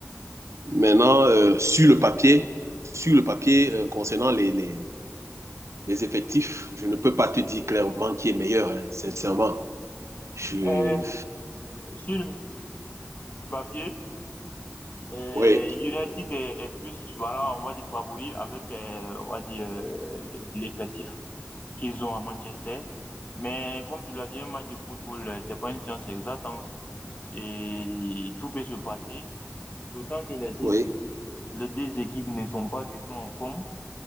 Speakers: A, on the right (about 75°); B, on the left (about 35°).
A: Maintenant, euh, sur le papier, sur le papier euh, concernant les, les, les, effectifs, je ne peux pas te dire clairement qui est meilleur, hein, sincèrement. Je...
B: Euh, sur le, sur le- le papier, Euh,
A: Oui,
B: United est, est plus, voilà, on va dire favori avec, euh, on va dire, euh, l'effectif qu'ils ont à Manchester. Mais comme je l'ai dit, un match de football, euh, c'est pas une science exacte, hein. et tout peut se passer. D'autant que les deux
A: oui.
B: équipes, les deux équipes ne sont pas du tout en forme.